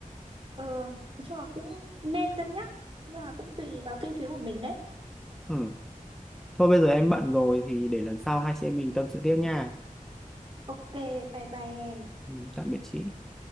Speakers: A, on the right (about 40°); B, in the centre.
A: Ờ, nói chung là cũng nên cân nhắc nhưng mà cũng tùy vào kinh phí của mình đấy.
B: ừ. thôi bây giờ em bận rồi thì để lần sau hai chị em mình tâm sự tiếp nha
A: Ok, bye bye em.
B: ừ, tạm biệt chị